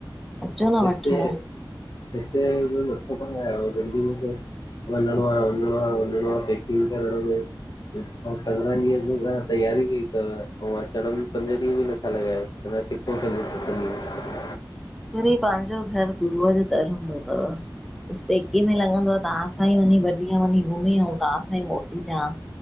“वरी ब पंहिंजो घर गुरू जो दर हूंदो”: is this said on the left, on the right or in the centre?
Centre